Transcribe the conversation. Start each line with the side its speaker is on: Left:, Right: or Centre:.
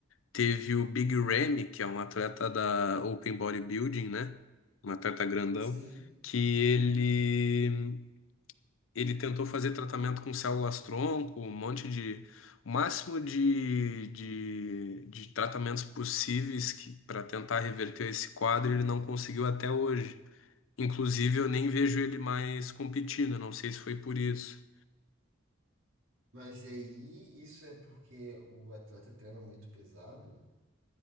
Left: teve o Big Ramy, que é um atleta da Open Bodybuilding, né? Um atleta grandão,
Right: Sim.
Left: que ele, ele tentou fazer tratamento com células-tronco, um monte de. O máximo de, de, de tratamentos possíveis para tentar reverter esse quadro, ele não conseguiu até hoje. Inclusive, eu nem vejo ele mais competindo, não sei se foi por isso.
Right: Mas aí isso é porque o atleta treina muito pesado.